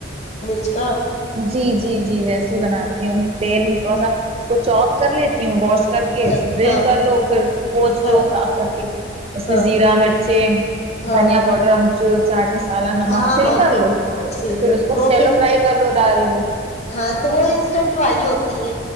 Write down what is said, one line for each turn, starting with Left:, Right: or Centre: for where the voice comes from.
Left: اچ کاا <unintelligible>
Right: جی جی جی ویسی ہی بناتی ہوں تیل میں تھوڑا سا اس کو چو کر لیتی ہوں واش کر کے
Left: ہاں
Right: ڈرین
Left: ہاں
Right: کر
Left: ہاں
Right: لو پھر پوچھ
Left: ہاں
Right: لو صاف کر کے اس
Left: ہاں
Right: میں زیرہ مرچی
Left: ہاں
Right: دھنیا پؤڈر امچور چاٹ مسالا نمک
Left: ہاں
Right: سل
Left: ہاں
Right: کر لو
Left: اسی
Right: پھر
Left: کے
Right: اس کو
Left: وہ
Right: شیلو
Left: پھر
Right: فرائی ڈال لو
Left: ہاں تو وہ انسٹنٹ والی ہوتی ہے